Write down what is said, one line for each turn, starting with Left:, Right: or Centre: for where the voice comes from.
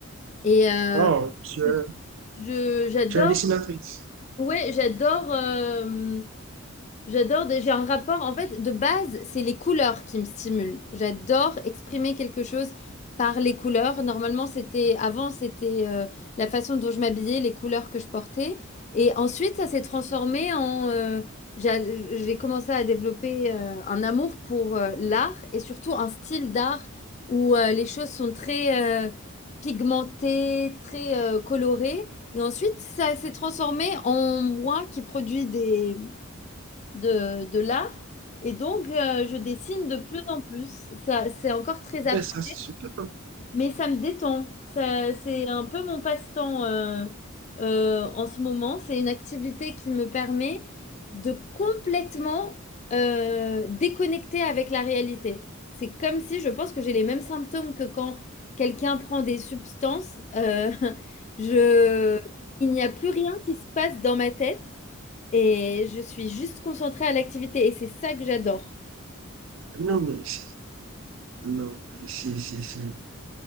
Left: Et euh,
Right: Oh, tu
Left: je,
Right: es,
Left: je- j'adore,
Right: tu es dessinatrice.
Left: ouais, j'adore. euh, J'adore, des- j'ai un rapport, en fait, de base, c'est les couleurs qui me stimulent. J'adore exprimer quelque chose par les couleurs. Normalement, c'était, avant, c'était euh, la façon dont je m'habillais, les couleurs que je portais. Et ensuite, ça s'est transformé en... euh, j'a- j'ai commencé à développer euh, un amour pour euh, l'art et surtout un style d'art où euh, les choses sont très euh, pigmentées, très euh, colorées. Et ensuite, ça s'est transformé en moi qui produit des de, de l'art. Et donc, euh, je dessine de plus en plus. Ça, c'est encore très
Right: Mais
Left: abstrait.
Right: ça, c'est super.
Left: Mais ça me détend. Ça, c'est un peu mon passe-temps euh, euh, en ce moment. C'est une activité qui me permet de complètement euh, déconnecter avec la réalité. C'est comme si je pense que j'ai les mêmes symptômes que quand quelqu'un prend des substances. euh, <laughs> je, il n'y a plus rien qui se passe dans ma tête et je suis juste concentrée à l'activité et c'est ça que j'adore.
Right: Non, mais c'est- non, c'est, c'est, c'est-